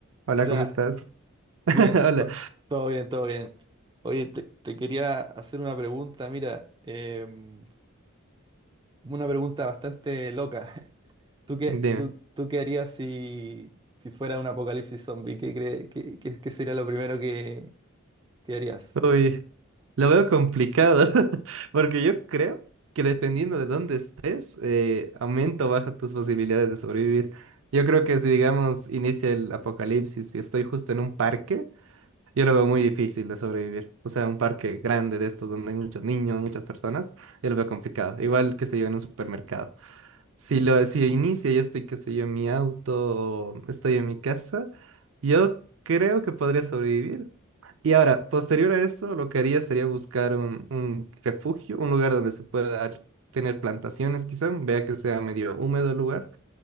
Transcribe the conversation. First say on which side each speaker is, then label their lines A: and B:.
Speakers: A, on the right; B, on the right.
A: Hola,
B: Hola,
A: ¿cómo estás? <laughs>
B: bien,
A: Hola,
B: to- todo bien, todo bien. Oye, te, te quería hacer una pregunta, mira, em, una pregunta bastante loca. <laughs> ¿Tú qué,
A: dime.
B: tú, tú qué harías si, si fuera un apocalipsis zombie? ¿Qué, cre- qué, qué- qué sería lo primero que, que harías?
A: Uy, lo veo complicado, <laughs> porque yo creo que dependiendo de dónde estés, eh, aumenta o baja tus posibilidades de sobrevivir. Yo creo que si, digamos, inicia el apocalipsis y estoy justo en un parque, yo lo veo muy difícil de sobrevivir. O sea, un parque grande de estos donde hay muchos niños, muchas personas, yo lo veo complicado. Igual que se yo en un supermercado. Si
B: Uy,
A: lo,
B: sí.
A: si inicia, yo estoy, qué sé yo, en mi auto o estoy en mi casa, yo creo que podría sobrevivir Y ahora, posterior a eso, lo que haría sería buscar un, un refugio, un lugar donde se pueda tener plantaciones, quizá, vea que sea medio húmedo el lugar,